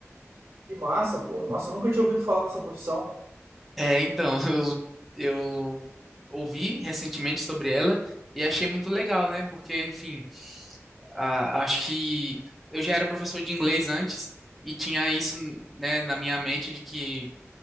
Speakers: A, on the right; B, in the centre.
A: Que massa, pô. Nossa, eu nunca tinha ouvido falar dessa profissão.
B: É, então, <laughs> eu, eu ouvi recentemente sobre ela e achei muito legal, né? Porque, enfim, a- acho que eu já era professor de inglês antes e tinha isso, né, na minha mente de que